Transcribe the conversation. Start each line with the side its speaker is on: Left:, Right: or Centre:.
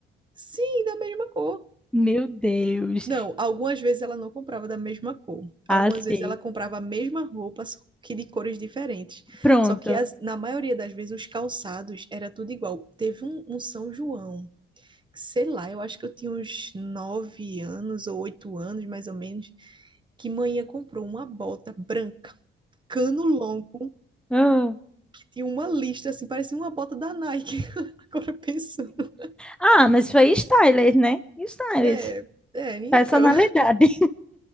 Right: Sim, da mesma cor.
Centre: Meu Deus.
Right: Não, algumas vezes ela não comprava da mesma cor.
Centre: Assim.
Right: Algumas vezes ela comprava a mesma roupa, só que de cores diferentes.
Centre: Pronto.
Right: Só que as- na maioria das vezes os calçados era tudo igual. Teve um, um São João sei lá, eu acho que eu tinha uns nove anos ou oito anos, mais ou menos, que manhã comprou uma bota branca, cano longo,
Centre: Ah,
Right: que tinha uma lista assim, parecia uma bota da Nike. <laughs> Agora pensando.
Centre: Ah, mas foi stylist, né? Stylist.
Right: É, é, então.
Centre: Personalidade.